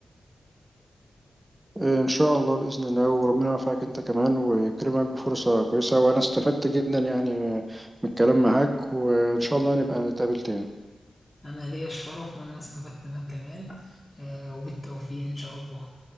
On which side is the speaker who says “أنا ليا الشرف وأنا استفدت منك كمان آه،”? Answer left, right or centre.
Left